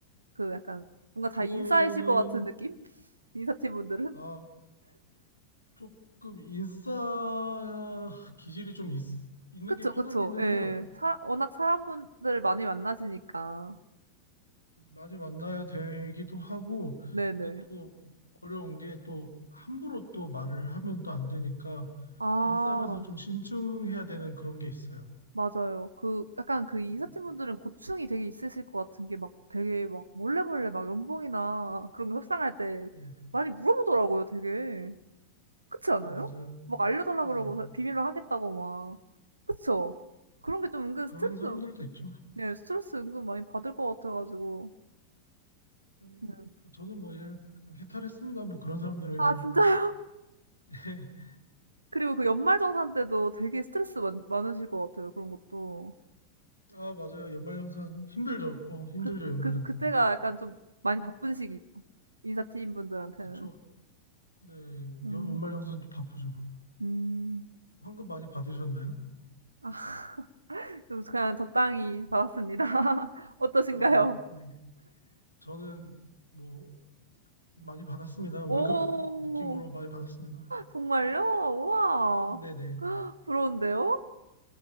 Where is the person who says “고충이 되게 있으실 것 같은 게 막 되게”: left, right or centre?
Right